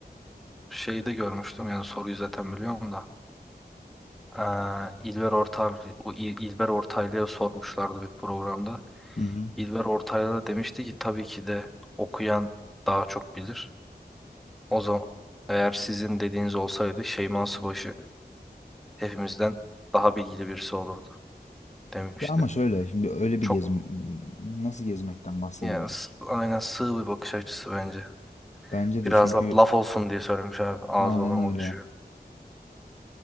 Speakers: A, in the centre; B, on the left.
A: şeyde görmüştüm. Yani soruyu zaten biliyorum da. Ee, İlber Ortaylı, bu İl- İlber Ortaylı'ya sormuşlardı bir programda.
B: Hı hı.
A: İlber Ortaylı da demişti ki tabii ki de okuyan daha çok bilir. O zaman eğer sizin dediğiniz olsaydı Şeyma Subaşı hepimizden daha bilgili birisi olurdu demişti.
B: Ya ama şöyle şimdi öyle bir
A: Çok
B: gezim nasıl gezmekten bahsediyoruz?
A: yani s- aynen sığ bir bakış açısı bence.
B: Bence de
A: Biraz
B: çünkü
A: da laf olsun diye söylemiş abi. Ağzı
B: aynen
A: olan
B: öyle.
A: o düşüyor.